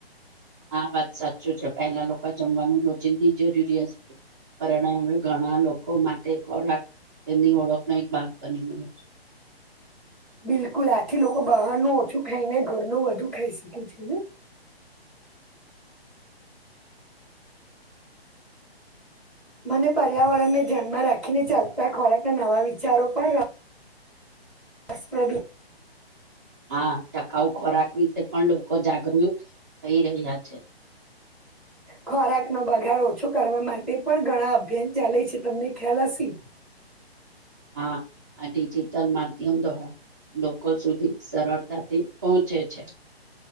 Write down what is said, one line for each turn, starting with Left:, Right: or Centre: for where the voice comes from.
Right: હા વાત સાચું છે પહેલા લોકા જમવાનું રોજિંદી જરૂરિયાસ પરણમે ઘણા લોકો માટે ખોરાક એમની ઓળખનો એક ભાગ બની ગયો છે.
Centre: બિલકુલ આથી લોકો બહારનું ઓછું ખાઈને ઘરનું વધુ ખાઈ શકે છે ને.
Right: <inaudible>
Centre: મને પર્યાવરણને ધ્યાનમાં રાખીને ચાલતા ખોરાક ના નવા વિચારો પણ અસપેદી
Right: હા ટકાઉ ખોરાક વિશે પણ લોકો જાગૃત થઈ રહ્યા છે. <inaudible>
Centre: ખોરાક નો બગાડો ઓછો કરવા માટે પણ ઘણા અભિયાન ચાલે છે તમને ખ્યાલ હસી.
Right: <inaudible> હા આ ડિજીિટલ માધ્યમ દ્વ લોકો સુધી સરળતાથી પહોંચે છે.